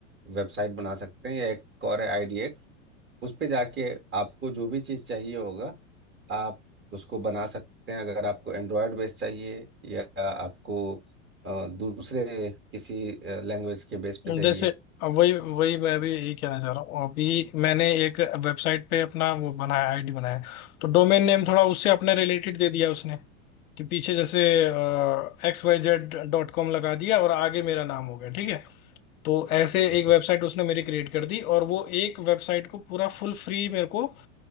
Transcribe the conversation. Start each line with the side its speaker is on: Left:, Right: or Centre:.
Right: वेबसाइट बना सकते हैं या एक और है आईडीएक्स उस पे जाके आपको जो भी चीज़ चाहिए होगा आप उसको बना सकते हैं अगर आपको एंड्रॉयड बेस चाहिए या आपको अ, दूसरे किसी लैंग्वेज के बेस पे चाहिए
Left: जैसे अब वही वही मैं भी यही कहना चाह रहा हूँ अभी मैंने एक वेबसाइट पे अपना वो बनाया आईडी बनाया तो डोमेन नेम थोड़ा उससे अपने रिलेटेड दे दिया उसने कि पीछे जैसे X Y Z dot com लगा दिया और आगे मेरा नाम हो गया ठीक है तो ऐसे
Right: ठीक
Left: एक वेबसाइट
Right: है
Left: उसने मेरी क्रिएट कर दी और वो एक वेबसाइट को पूरा फुल फ्री मेरे को